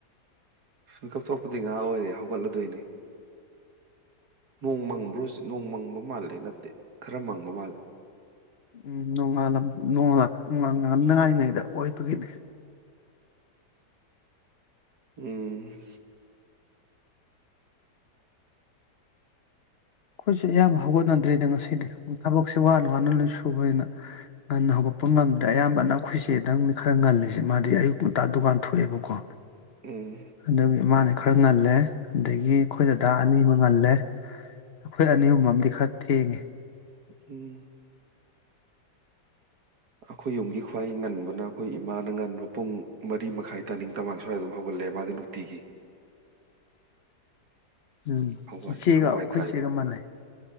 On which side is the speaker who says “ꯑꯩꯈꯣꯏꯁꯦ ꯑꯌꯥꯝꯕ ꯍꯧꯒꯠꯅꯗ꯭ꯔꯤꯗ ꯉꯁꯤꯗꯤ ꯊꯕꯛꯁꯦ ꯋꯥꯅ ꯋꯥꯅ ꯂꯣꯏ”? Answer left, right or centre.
Left